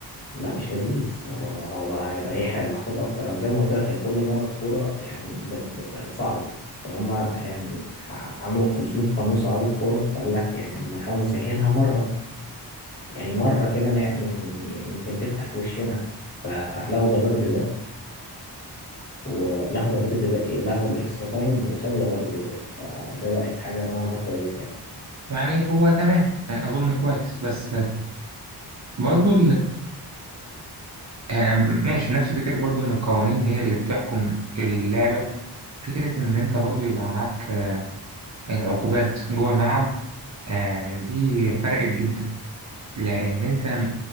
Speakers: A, on the left; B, on the right.
A: لا مش لذيذ هو هو بقى هيبقى يحرق الاعصاب اكتر انا زي ما قلت لك هي كل مره الكوره يعني ب- ب- بقت صعبه فهم يعني ع- عملوا 500 قانون صعبوا الكوره فقال لك يعني لما نحاول نسهلها مره يعني مره كده ن- يعني يعني يمكن تفتح في وشنا فلغوا ضربات الجزاء ولغوا ضربات الجزاء ايه لغوا الاكسترا تايم وسابوا ضربات الجزاء فده بقت حاجه نوعا ما كويسه يعني
B: يعني هو تمام يعني اظن كويس بس برضو يعني ماشي نفس فكرة برضو إن القوانين هي اللي بتحكم اللعبة فكرة إن أنت برضو يبقى معاك آه، العقوبات جوه الملعب آه، دي فرقت جدا لأن أنت